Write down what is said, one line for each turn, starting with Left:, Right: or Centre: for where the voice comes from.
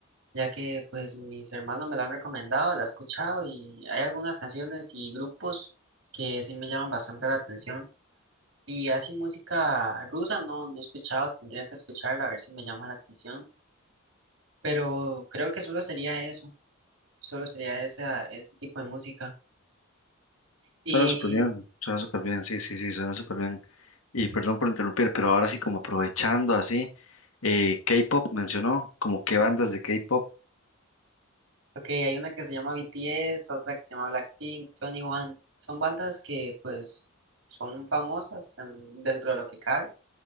Right: ya que pues mis hermanos me la han recomendado, la he escuchado y hay algunas canciones y grupos que sí me llaman bastante la atención. Y así música rusa no, no he escuchado, tendría que escucharla a ver si me llama la atención, pero creo que solo sería eso, solo sería esa, ese tipo de música. Y,
Left: Suena súper bien, suena súper bien, sí, sí, sí, suena súper bien. Y perdón por interrumpir, pero ahora sí, como aprovechando así, eh, K-pop mencionó, como qué bandas de K-pop,
Right: ok, hay una que se llama BTS, otra que se llama Blackpink, Twenty One son bandas que pues son famosas en- dentro de lo que cabe